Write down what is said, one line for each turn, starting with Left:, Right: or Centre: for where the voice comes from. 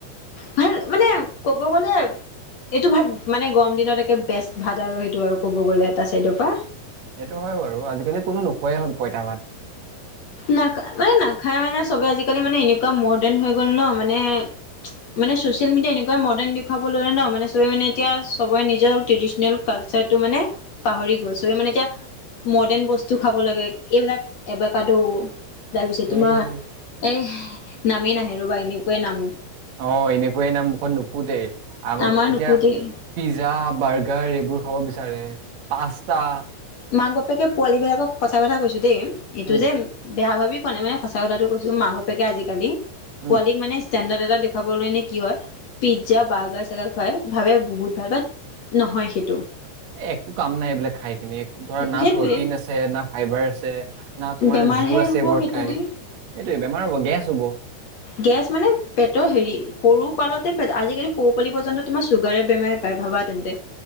Left: ভাল মানে ক'ব গলে এইটো ভাত মানে গৰম দিনত একে বেষ্ট ভাত আৰু সেইটো আৰু ক'ব গ'লে এটা চাইডৰ পা।
Right: সেইটো হয় বাৰু। আজি-কালি কোনো নোখোৱাই হ'ল পইতা ভাত।
Left: না নাখাই মানে চবে আজি-কালি মানে এনেকুৱা মৰদেন হৈ গ'ল ন মানে <unintelligible> মানে চচিয়েল মিডিয়াই এনেকুৱাই মডাৰ্ণ দেখুৱাব ললে ন। মানে চবে মানে এতিয়া চবৰে নিজৰ টেডিচনেল কালচাৰটো মানে পাহৰি গল। চবেই মানে এতিয়া মৰ্ডেন বস্তু খাব ললে। এইবিলাক এবাকাদু তাৰপিছত তোমাৰ
Right: এই
Left: এহ নামেই নাহে ৰ'বা এনেকুৱাই নাম।
Right: অ এনেকুৱাই নাম মুখত নুফুটেই। আগতে
Left: আমাৰ
Right: এতিয়া
Left: নুফুতেই
Right: পিজ্জা, বাৰ্গাৰ এই বোৰ খাব বিচাৰে। পাস্তা
Left: মাক-বাপেকে পোৱালী বিলাকক সঁচা কথা কৈছো দেই, এইটো
Right: উম
Left: যে বেয়া ভাবি কোৱা নাই মানে সঁচা কথাটো কৈছো। মাক-বাপেকে আজি-কালি
Right: উম
Left: পোৱালীক মানে ষ্টেণ্ডাৰ্ড এটা দেখুৱাবলৈ নে কি হয়। পিজ্জা, বাৰ্গাৰ-চাৰগাৰ খুৱায়। ভাবে বহুত ভাল। নহয় সেইটো।
Right: একো কাম নাই এইবিলাক খাই কিনি। একো ধৰা না
Left: সেইটোৱেই
Right: প্ৰটিন আছে, না ফাইবাৰ আছে। না তোমাৰ
Left: বেমাৰহে
Right: জোৰ আছে
Left: হ'ব
Right: এইবোৰত
Left: সেইটো
Right: খাই,
Left: দি
Right: এইটোৱে বেমাৰ হ'ব, গেছ হ'ব।
Left: গেছ মানে পেটৰ হেৰি সৰু কালতে, আজি-কালি সৰু পোৱালি পৰ্যন্ত তোমাৰ চুগাৰে বেমাৰে পাই ভাবা তেন্তে।